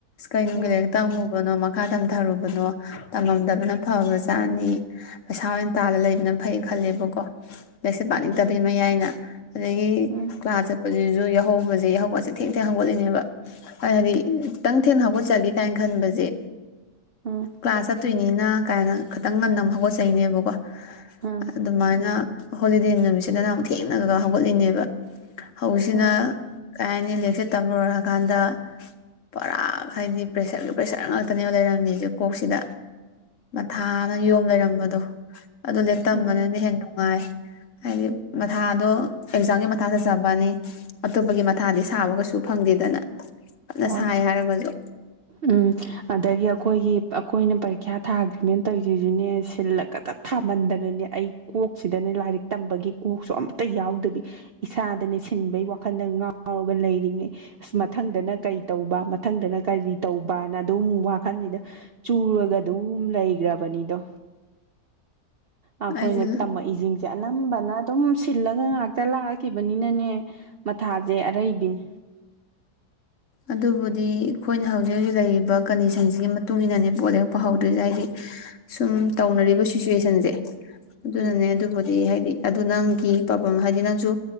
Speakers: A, on the left (about 60°); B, on the right (about 60°).
A: ꯀꯩꯅꯪꯒꯤ
B: ꯎꯝ
A: ꯅꯥꯏꯔꯤꯛ ꯇꯝꯃꯨꯕꯅꯣ ꯃꯈꯥ ꯇꯝ ꯊꯧꯔꯨꯕꯅꯣ ꯇꯝꯃꯝꯗꯕꯅ ꯐꯕꯁꯦ ꯆꯥꯅꯤ ꯄꯩꯁꯥ ꯑꯣꯏꯅ ꯇꯥꯜꯂꯒ ꯂꯩꯕꯅ ꯐꯩ ꯈꯜꯂꯦꯕꯀꯣ ꯂꯥꯏꯔꯤꯛꯁꯦ
B: ꯎꯝ
A: ꯄꯥꯅꯤꯡ ꯇꯕꯤ ꯃꯥꯌꯥꯏꯅ ꯑꯗꯒꯤ
B: ꯎꯝ
A: ꯀ꯭ꯂꯥꯁ ꯆꯠꯄꯁꯤꯁꯨ ꯌꯥꯎꯍꯧ ꯍꯧꯁꯦ ꯌꯥꯍꯧꯒꯖꯦ ꯊꯦꯡ ꯊꯦꯛ ꯍꯧꯒꯠꯂꯤꯅꯦꯕ ꯍꯥꯏꯗꯤ ꯈꯤꯇꯪ ꯊꯦꯡꯅ ꯍꯧꯒꯠꯆꯒꯦ ꯀꯥꯏꯅ ꯈꯟꯕꯁꯦ
B: ꯎꯝ ꯎꯝ
A: ꯀ꯭ꯂꯥꯁ ꯆꯠꯇꯣꯏꯅꯤꯅ ꯀꯥꯏꯅ ꯈꯤꯇꯪ ꯉꯟꯅ ꯑꯃꯨꯛ ꯍꯧꯒꯠꯆꯩꯅꯦꯕꯀꯣ
B: ꯎꯝ
A: ꯑꯗꯨꯃꯥꯏꯅ ꯍꯣꯂꯤꯗꯦ ꯅꯨꯃꯤꯠꯁꯤꯗ ꯅ ꯑꯃꯨꯛ ꯊꯦꯡꯅꯔꯒ ꯍꯧꯒꯠꯂꯤꯅꯦꯕ ꯍꯧꯖꯤꯁꯤꯅ
B: ꯎꯝ
A: ꯀꯩ ꯍꯥꯏꯅꯤ ꯂꯦꯛ ꯁꯦ ꯇꯝꯔꯣꯏꯔꯀꯥꯟꯗ ꯄꯨꯔꯥꯛ ꯍꯥꯏꯗꯤ ꯄ꯭ꯔꯦꯁꯔꯒꯤ ꯄ꯭ꯔꯦꯁꯔ ꯉꯥꯛꯇꯅꯦꯕ ꯂꯩꯔꯝꯃꯤꯁꯦ ꯀꯣꯛꯁꯤꯗ ꯊꯥꯅ ꯌꯣꯝ ꯂꯩꯔꯝꯕꯗꯣ ꯑꯗꯨ ꯂꯦꯛ ꯇꯝꯕꯅꯤꯅ
B: ꯎꯝ
A: ꯍꯦꯟꯅ ꯅꯨꯡꯉꯥꯏ ꯍꯥꯏꯗꯤ ꯃꯊꯥꯗꯣ ꯑꯦꯛꯖꯥꯝꯒꯤ ꯃꯊꯥ ꯆꯠꯆꯕꯅꯤ ꯑꯇꯣꯞꯄꯒꯤ ꯃꯊꯥꯗꯤ ꯁꯥꯕ ꯀꯩꯁꯨ ꯐꯪꯗꯦꯗꯅ ꯑꯗꯨꯅ
B: ꯋꯥ
A: ꯁꯥꯏ ꯍꯥꯏꯔꯒꯁꯨ
B: ꯎꯝ ꯑꯗꯒꯤ ꯑꯩꯈꯣꯏꯒꯤ ꯑꯩꯈꯣꯏꯅ ꯄꯔꯤꯈ꯭ꯌꯥ ꯊꯥꯈ꯭ꯔꯤꯃꯦꯟ ꯇꯧꯔꯤꯁꯤꯁꯤꯅꯦ ꯁꯤꯜꯂꯒꯇ ꯊꯥꯃꯟꯗꯅꯅꯦ ꯑꯩ ꯀꯣꯛꯁꯤꯗꯅꯦ ꯂꯥꯏꯔꯤꯛ ꯇꯝꯕꯒꯤ ꯀꯣꯛꯁꯨ ꯑꯃꯇ ꯌꯥꯎꯗꯕꯤ ꯏꯁꯥꯗꯅꯦ ꯁꯤꯟꯕꯩ ꯋꯥꯈꯜꯗ ꯉꯥꯎꯔꯒ ꯂꯩꯔꯤꯉꯩ ꯑꯁ ꯃꯊꯪꯗꯅ ꯀꯔꯤ ꯇꯧꯕ ꯃꯊꯪꯗꯅ ꯀꯔꯤ ꯇꯧꯕꯅ ꯑꯗꯨꯝ ꯋꯥꯈꯜꯁꯤꯗ ꯆꯨꯔꯒ ꯑꯗꯨꯝ ꯂꯩꯈ꯭ꯔꯕꯅꯤꯗꯣ ꯑꯩꯈꯣꯏꯅ
A: ꯑꯩꯁꯨ
B: ꯇꯝꯃꯛꯏꯁꯤꯡꯁꯦ ꯑꯅꯝꯕꯅ ꯐꯖꯅ ꯑꯗꯨꯝ ꯁꯤꯜꯂꯒ ꯉꯥꯛꯇ ꯂꯥꯛꯈꯤꯕꯅꯤꯅꯅꯦ ꯃꯊꯥꯁꯦ ꯑꯔꯩꯕꯤꯅꯦ
A: ꯑꯗꯨꯕꯨꯗꯤ ꯑꯩꯈꯣꯏꯅ ꯍꯧꯖꯤꯛ ꯍꯧꯖꯤꯛ ꯂꯩꯔꯤꯕ ꯀꯟꯗꯤꯁꯟꯁꯤꯒꯤ ꯃꯇꯨꯡ ꯏꯟꯅꯅꯦ ꯄꯣꯠ ꯂꯦꯛꯄꯍꯧꯗ꯭ꯔꯤꯁꯦ ꯍꯥꯏꯗꯤ ꯁꯨꯝ ꯇꯧꯅꯔꯤꯕ ꯁꯤꯆꯨꯋꯦꯁꯟꯁꯦ ꯑꯗꯨꯅꯅꯦ
B: ꯎꯝ
A: ꯑꯗꯨꯕꯨꯗꯤ ꯍꯥꯏꯗꯤ ꯑꯗꯨ ꯅꯪꯒꯤ ꯄꯥꯕꯝ ꯍꯥꯏꯗꯤ ꯅꯪꯁꯨ